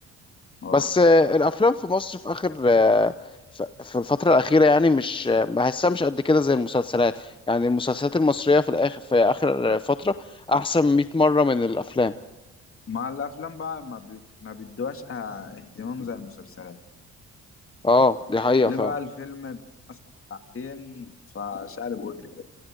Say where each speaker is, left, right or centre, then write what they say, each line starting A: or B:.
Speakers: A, on the left (about 45°); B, on the left (about 15°).
A: اه
B: بس آه، الافلام في مصر في اخر آه، ف- في الفترة الأخيرة يعني مش آه، بحسها مش قد كده زي المسلسلات يعني المسلسلات المصرية في الآخر في آخر فترة أحسن 100 مرة من الأفلام
A: مع الافلام بقى ما بي... ما بيدوهاش آه، اهتمام زي المسلسلات
B: اه دي حقيقة
A: ليه
B: فعلا
A: بقى الفيلم مثلا ساعتين فشقلب وجري كده